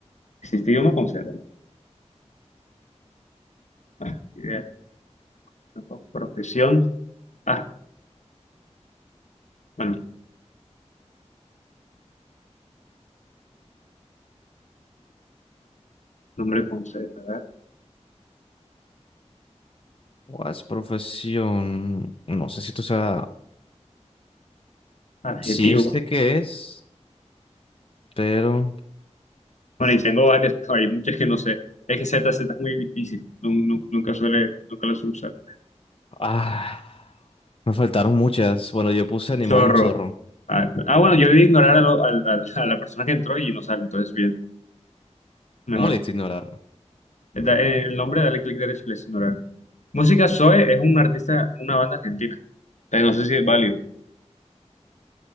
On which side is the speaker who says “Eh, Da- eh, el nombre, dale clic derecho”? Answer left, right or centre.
Left